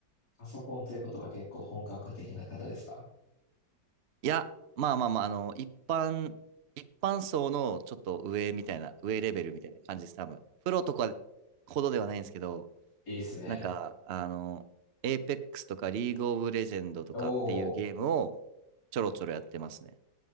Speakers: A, on the left; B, on the right.
A: パソコンということは結構本格的な方ですか
B: いや、まあまあまあ、あの、一般、一般層のちょっと上みたいな、上レベルみたいな感じです、多分。プロとかほどではないんですけど、
A: いいっすね。
B: なんか、あの、エイペックスとかリーグオブレジェンドとかっていうゲームをちょろちょろやってますね。
A: おー、